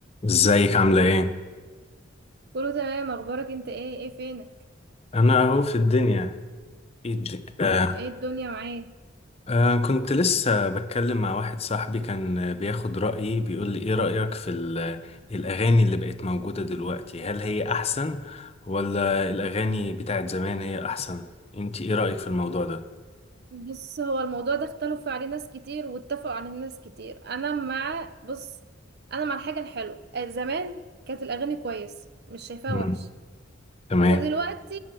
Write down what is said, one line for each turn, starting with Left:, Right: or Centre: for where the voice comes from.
Left: ازيك عاملة ايه؟
Right: كله تمام اخبارك انت ايه ايه فينك
Left: انا اهو في الدنيا ايه الد- آه.
Right: ايه الدنيا معاك
Left: آه كنت لسه بتكلم مع واحد صاحبي كان آه، بياخد رأيي بيقول لي ايه رأيك في ال- الاغاني اللي بقت موجودة دلوقتي هل هي احسن ولا الاغاني بتاعت زمان هي احسن؟ انت ايه رأيك في الموضوع ده؟
Right: بص هو الموضوع ده اختلفوا عليه ناس كتير واتفقوا عليه ناس كتير انا مع بص انا مع الحاجه الحلوه آه، زمان كانت الاغاني كويسه مش شايفاها
Left: مم.
Right: وحش
Left: تمام
Right: ودلوقتي